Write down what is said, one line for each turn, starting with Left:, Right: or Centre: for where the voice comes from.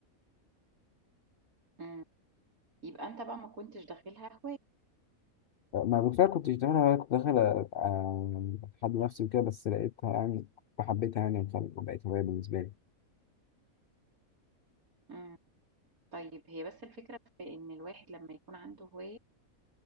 Right: مم. يبقى انت بقى ما كنتش داخلها هواية
Left: ما بالفعل كنت بتعملها وأنا كنت داخل آه، أتحدى نفسي وكده بس لقيتها يعني فحبيتها يعني وخل- وبقت هواية بالنسبة لي
Right: مم. طيب هي بس الفكرة في ان الواحد لما يكون عنده هواية